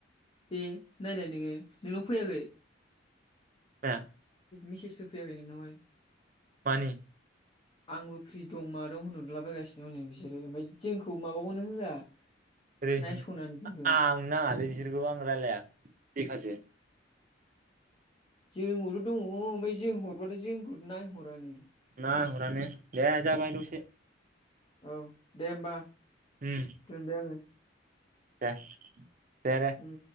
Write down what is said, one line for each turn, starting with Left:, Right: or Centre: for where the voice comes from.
Left: दे नायलाय नोङो नोंनाव फैयाखै
Right: माया
Left: मेसेजफोर फैयाखै नोंनावहाय?
Right: मानि
Left: आंबो फ्रि दं मा दं होनहरलाबायगासिनो हनै बिसोरो ओमफ्राय जोंखौ माबाखौनो होआ।
Right: ओरै
Left: नायस'नानै जोंखौ
Right: आं नाङालै बिसोरखौ आं रायलाया बेखारसो
Left: जोंखौबोथ' दङ ओमफ्राय जों हरबाथ' जोंखौथ' नायहरानो
Right: ना हरानो दे जाबाय द'से।
Left: औ दे होमबा।
Right: उम
Left: दोनबाय आड़ो।
Right: दे -दे-दे।
Left: उम